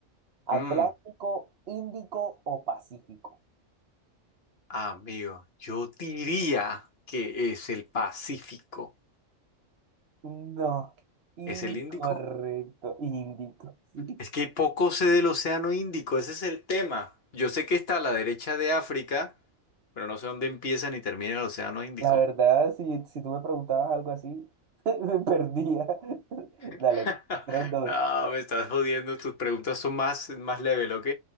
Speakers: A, on the right; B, on the left.
A: ¿Atlántico,
B: Mm,
A: Índico o Pacífico?
B: amigo, yo diría que es el Pacífico.
A: No, incorrecto,
B: ¿Es el Índico?
A: Índico. sí.
B: Es que poco sé del Océano Índico, ese es el tema. Yo sé que está a la derecha de África, pero no sé dónde empieza ni termina el Océano Índico.
A: La verdad, si, si tú me preguntabas algo así, <laughs> me perdía. <laughs>
B: <laughs>
A: Dale, 3 dos
B: No, me estás jodiendo, tus preguntas son más, más level, ¿ok?